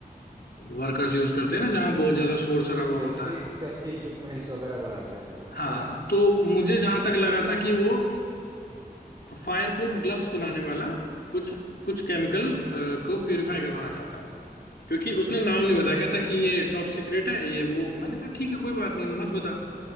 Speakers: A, on the left; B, on the right.
A: वर्कर्स यूज करते हैं ना जहाँ बहुत ज्यादा शोर शराबा
B: अच्छा सेफ्टी
A: होता है
B: सेफ्टी इक्विपमेंट्स वगैरह बनाते हैं वो
A: हाँ
B: है ना
A: तो मुझे जहां तक लगा था कि वो फायर प्रूफ ग्लव्स बनाने वाला कुछ कुछ केमिकल को प्यूरिफाई करवाना चाहता है क्योंकि उसने नाम नहीं बताया कहता कि ये टॉप सीक्रेट है ये वो मैंने कहा ठीक है कोई बात नहीं मत बता